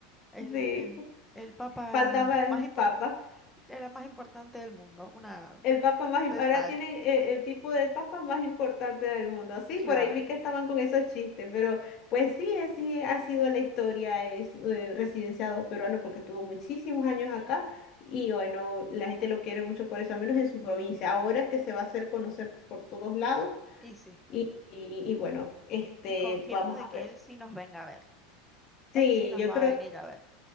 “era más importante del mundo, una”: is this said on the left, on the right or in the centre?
Centre